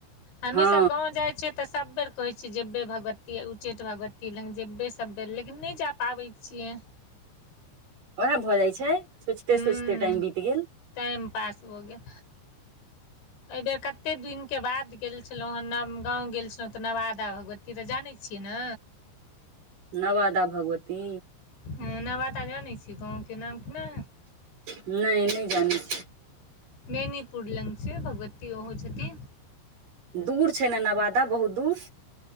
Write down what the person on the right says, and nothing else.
हँ
ओएह भ जाइ छै सोचते
सोचिते टाइम बीत गेल
नवादा भगवती
नहि नहि जानै छी
दूर छै ने नवादा बहुत दूर